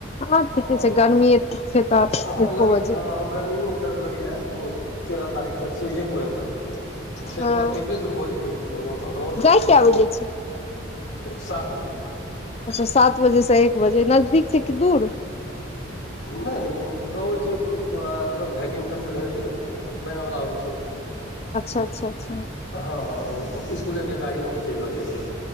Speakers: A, on the left; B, on the left.
A: हँ ठीके
B: ऑ
A: छै गर्मी छै तऽ
B: आहां
A: एको
B: लग
A: बजे
B: हँ गर्मी एतक लगैया ओ तेरह तारीख तक छै <unintelligible> एक बजे तक
A: हँ
B: तैके बाद पेपरे शुरू भऽ जेतै तऽ ओ त आओर
A: जाइ
B: कम भऽ
A: कए
B: जेतै
A: बजे छै
B: सात बजे
A: अच्छा सात बजेसँ एक बजे नजदीक छै कि दूर
B: नहि अबैत छै तोरा <unintelligible> ढ़ाइ तीन किलोमीटर हेतै वैसे वला अबैत छै
A: अच्छा अच्छा अच्छा
B: हँ हँ इसकुले के गाड़ियो अबै छै ल जाइ छै